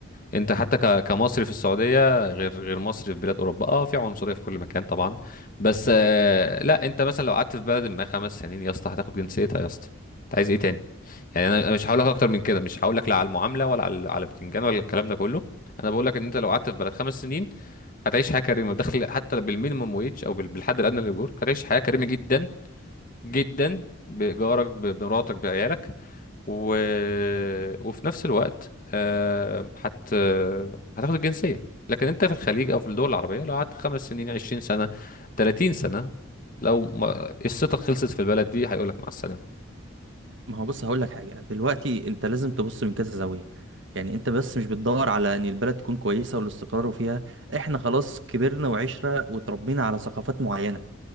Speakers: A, on the left; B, on the right.
A: انت حتى ك- كمصري في السعودية غير غير مصري في بلاد اوروبا اه في عنصرية في كل مكان طبعا بس آه، لا انت مثلا لو قعدت في بلد ما خمس سنين يا اسطى هتاخد جنسيتها يا اسطى انت عايز ايه تاني يعني انا أنا مش هقول لك اكتر من كده مش هقول لك لا على المعاملة ولا على على بتنجان ولا الكلام ده كله انا بقول لك ان انت لو قعدت في بلد خمس سنين هتعيش حياه كريمه دخل حتى بالمينيمم ويج او بال- بالحد الادنى للاجور هتعيش حياه كريمه جدا جدا بايجارك ب- بمراتك بعيالك و... وفي نفس الوقت آه، هت هتاخد الجنسيه لكن انت في الخليج او في الدول العربيه لو قعدت خمس سنين 20 سنه 30 سنه لو ما... قصتك خلصت في البلد دي هيقول لك مع السلامه
B: ما هو بص هقول لك حاجة دلوقتي انت لازم تبص من كذا زاوية يعني انت بس مش بتدور على ان البلد تكون كويسة والاستقرار فيها احنا خلاص كبرنا وعشرة وتربينا على ثقافات معينة